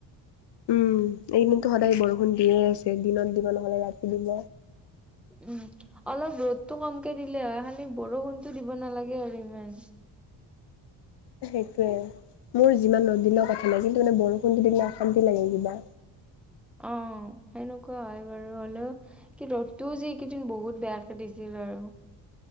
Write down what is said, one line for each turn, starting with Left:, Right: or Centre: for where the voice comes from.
Left: উম, এইকেইদিনতো সদায় বৰষুণ দিয়ে আছে দিনত দিব নহলে ৰাতি দিব।
Centre: উম, অলপ ৰ'দটো কমকে দিলে হয় খালি বৰষুণটো দিব নালাগে আৰু ইমান।
Left: সেইটোৱে মোৰ যিমান ৰ'দ দিলেও কথা নাই কিন্তু মানে বৰষুণটো দিলে অশান্তি লাগে কিবা।
Centre: অ, সেনেকুৱা হয় বাৰু হ'লেও কি ৰ'দটো যি এইকেইদিন বহুত বেয়াকে দিছিল আৰু।